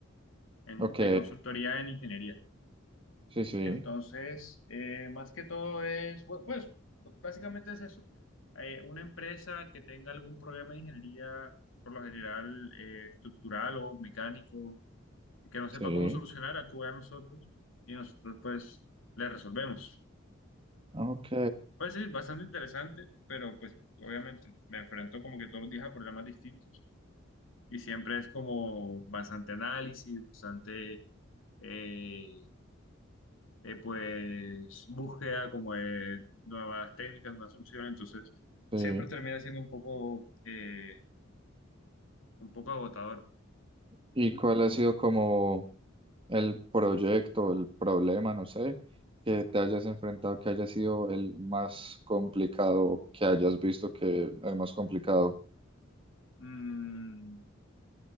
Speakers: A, on the left (about 85°); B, on the right (about 25°).
A: en-
B: Ok,
A: de consultoría en ingeniería.
B: sí, sí,
A: Entonces, eh, más que todo es, bu- pues, básicamente es eso. Eh, una empresa que tenga algún problema de ingeniería, por lo general, eh, estructural o mecánico, que no sepa
B: sí,
A: cómo solucionar, acude a nosotros y nosotros, pues, le resolvemos.
B: ok,
A: Pues sí, bastante interesante, pero pues, obviamente, me enfrento como que todos los días a problemas distintos y siempre es como bastante análisis, bastante... eh, eh, pues búsqueda como de nuevas técnicas, nuevas soluciones, entonces
B: sí.
A: siempre termina siendo un poco, eh, un poco agotador.
B: ¿Y cuál ha sido como el proyecto, el problema, no sé, que te hayas enfrentado, que haya sido el más complicado, que hayas visto que es más complicado?
A: Mm,